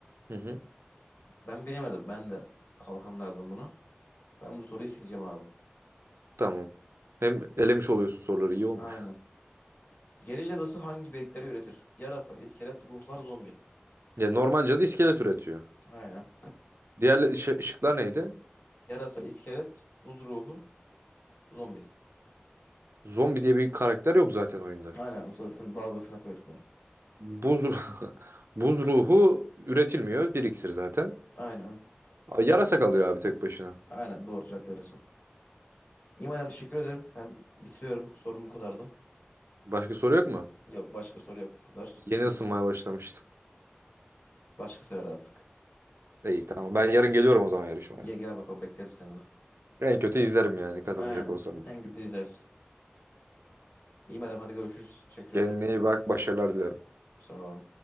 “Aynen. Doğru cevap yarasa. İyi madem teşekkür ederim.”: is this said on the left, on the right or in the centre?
Left